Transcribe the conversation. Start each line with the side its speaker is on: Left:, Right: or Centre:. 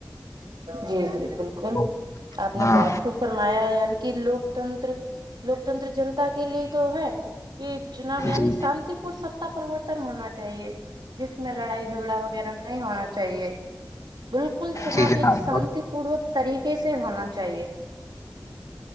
Right: جی جی بالکل
Left: تو-
Right: آپ نے
Left: ہاں
Right: بہت خوب فرمایا یعنی کہ لوکتنتر لوکتنتر جنتا کے لیے تو ہے کہ چناب یعنی
Left: جی
Right: شانتی پور ستا پروورتن ہونا چاہیے جس میں لڑائی جھگڑا وغیرہ نہیں ہونا چاہیے بالکل چناؤ
Left: جی جناب
Right: ایک شانتی پوروک طریقے سے ہونا چاہیے